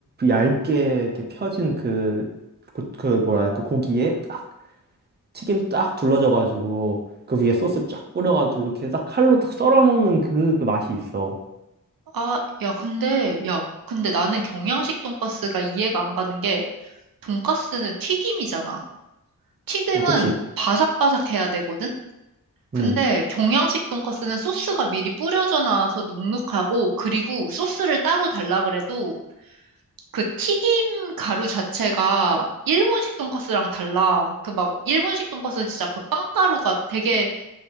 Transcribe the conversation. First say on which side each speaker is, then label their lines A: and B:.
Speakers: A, on the right; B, on the right.
A: 얇게 이렇게 펴진 그, 그, 그 뭐라, 그 고기에 딱 튀김 딱 둘러져가지고 그 위에 소스 쫙 뿌려가지고 이렇게 딱 칼로 딱 썰어 먹는 그, 그 맛이 있어.
B: 아, 야, 근데, 야, 근데 나는 경양식 돈가스가 이해가 안 가는 게, 돈가스는 튀김이잖아. 튀김은
A: 어, 그치?
B: 바삭바삭해야 되거든? 근데
A: 응,
B: 경양식 돈가스는 소스가 미리 뿌려져 나와서 눅눅하고, 그리고 소스를 따로 달라 그래도, 그 튀김 가루 자체가 일본식 돈까스랑 달라. 그 막 일본식 돈까스는 진짜 그 빵가루가 되게